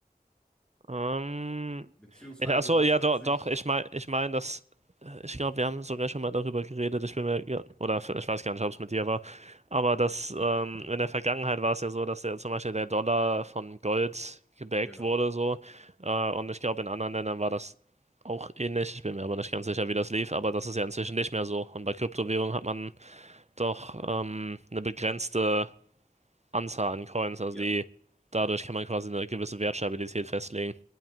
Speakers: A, on the right (about 45°); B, in the centre.
A: Ähm,
B: Beziehungsweise,
A: achso,
B: was
A: ja,
B: hat
A: doch,
B: sich.
A: doch, ich meine, ich meine, dass, äh, ich glaube, wir haben sogar schon mal darüber geredet, ich bin mir, ja, oder f- ich weiß gar nicht, ob es mit dir war, aber dass, ähm, in der Vergangenheit war es ja so, dass der, zum Beispiel der Dollar von Gold gebackt
B: Genau.
A: wurde, so, äh, und ich glaube, in anderen Ländern war das auch ähnlich, ich bin mir aber nicht ganz sicher, wie das lief, aber das ist ja inzwischen nicht mehr so, und bei Kryptowährungen hat man doch, ähm, eine begrenzte Anzahl an Coins, also
B: Ja.
A: die, dadurch kann man quasi eine gewisse Wertstabilität festlegen.